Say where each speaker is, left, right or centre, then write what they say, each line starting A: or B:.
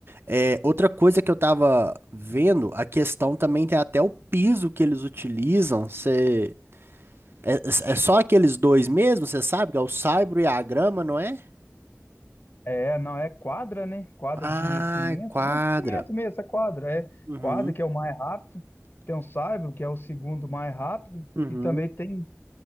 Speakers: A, on the right; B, on the left.
A: É, outra coisa que eu tava vendo, a questão também tem até o piso que eles utilizam, cê, é, é é só aqueles dois mesmo, você sabe, que é o saibro e a grama, não é?
B: É, não é quadra, né? Quadra
A: Ah,
B: de cimento,
A: quadra.
B: né? Cimento mesmo, é quadra, é
A: Uhum,
B: quadra que é o mais rápido, tem o saibro que é o segundo mais rápido
A: uhum,
B: e também tem